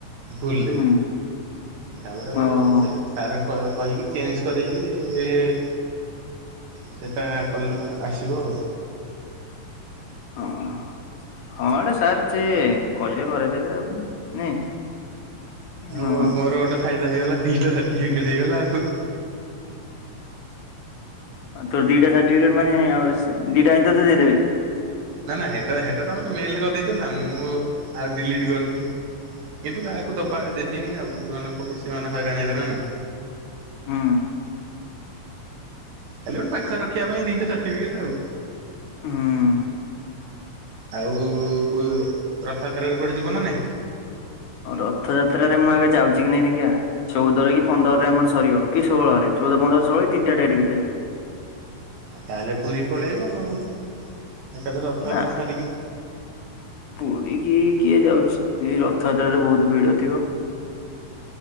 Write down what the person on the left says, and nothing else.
ହୁଁ।
ଓହୋ
ହଁ ହ ଏଇଟା ସାର୍ <unintelligible> କହିଲେ କରେଇଦେବେ ଆଉ। ନାଇଁ
ହଁ
ତୋର ଦିଟା ସାର୍ଟିଫିକେଟ୍ ମାନେ ଦିଟା ଆକ ତତେ ଦେଇଦେବେ?
ହୁଁ।
ହୁଁ
<unintelligible> ରଥଯାତ୍ରାରେ ମୁଁ ଏବେ ଯାଉଛି କି ନାଇଁ ଦେଖିବା। ଚଉଦରେ କି ପନ୍ଦରରେ ଆମର ସରିବ କି ଷୋହଳରେ ଚଉଦ ପନ୍ଦର ଷୋହଳ ତିନଟାଡେଟ୍ ଭିତରେ।
ନା
ପୁରୀ କି କିଏ ଯାଉଛି ଏଇ ରଥଯାତ୍ରାରେ ବହୁତ ଭିଡ ଥିବ।